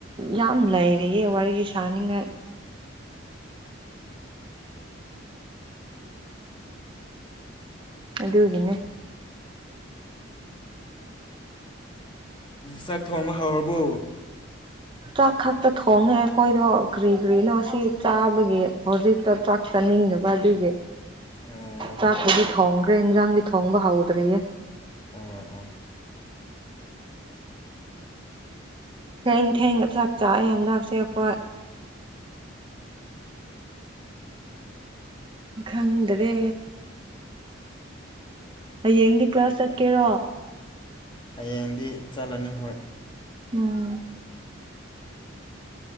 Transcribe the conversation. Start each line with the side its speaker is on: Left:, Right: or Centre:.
Right: ꯌꯥꯝ ꯂꯩꯥꯏꯔꯤꯌꯦ ꯋꯥꯔꯤ ꯁꯥꯥꯟꯅꯤꯡꯉꯥꯏ ꯑꯗꯨꯒꯤꯅꯦ
Left: ꯆꯥꯛ ꯊꯣꯡꯕ ꯍꯧꯔꯕꯣ
Right: ꯆꯥꯛ ꯈꯛꯇ ꯊꯣꯡꯉꯦ ꯑꯩꯈꯣꯏꯗꯣ ꯀ꯭ꯔꯤ ꯀ꯭ꯔꯤꯅꯣ ꯁꯤ ꯆꯥꯕꯒꯤ ꯍꯧꯖꯤꯛꯇ ꯆꯥꯛ ꯆꯥꯅꯤꯡꯗꯕ ꯑꯗꯨꯒꯤ
Left: ꯑꯣ
Right: ꯆꯥꯛꯄꯨꯗꯤ ꯊꯣꯡꯈ꯭ꯔꯦ ꯏꯟꯖꯥꯡꯗꯤ ꯊꯣꯡꯕ ꯍꯧꯗ꯭ꯔꯤꯌꯦ
Left: ꯑꯣ ꯑꯣ
Right: ꯊꯦꯡ ꯊꯦꯡꯅ ꯆꯥꯛ ꯆꯥꯢꯌꯦ ꯍꯟꯗꯛꯁꯦ ꯑꯩꯈꯣꯏ ꯈꯪꯗꯔꯦ ꯍꯌꯦꯡꯗꯤ ꯀ꯭ꯂꯥꯁ ꯆꯠꯀꯦꯔꯣ
Left: ꯍꯌꯦꯡꯗꯤ ꯆꯠꯂꯅꯤ ꯍꯣꯏ
Right: ꯎꯝ